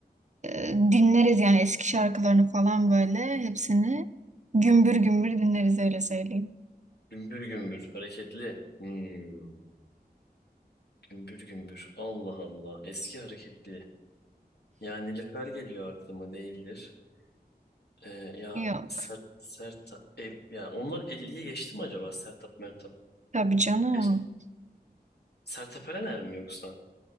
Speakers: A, on the right; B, on the left.
A: e, dinleriz yani eski şarkılarını falan böyle hepsini gümbür gümbür dinleriz öyle söyleyeyim.
B: Gümbür gümbür hareketli. Hmm. Gümbür gümbür. Allah Allah. Eski hareketli. Ya Nilüfer geliyor aklıma değildir. Ee, ya
A: Yok.
B: Sert Sertap e, ya onlar elli'yi geçti mi acaba Sertap Mertap?
A: Tabii canım.
B: Geç. Sertab Erener mi yoksa?